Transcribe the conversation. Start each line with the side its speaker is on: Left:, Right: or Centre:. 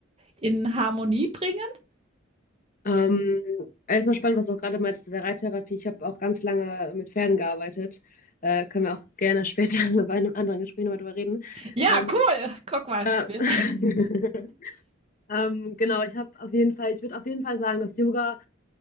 Right: in Harmonie bringen?
Left: Ähm, alles mal spannend, was du auch gerade meintest mit der Reittherapie. Ich habe auch ganz lange mit Pferden gearbeitet. Äh, können wir auch gerne später <laughs> bei einem anderen Gespräch nochmal drüber reden.
Right: Ja,
Left: Ähm,
Right: cool. Guck mal.
Left: äh,
Right: Wir-
Left: <laughs> ähm, genau, ich habe auf jeden Fall, ich würde auf jeden Fall sagen, dass Yoga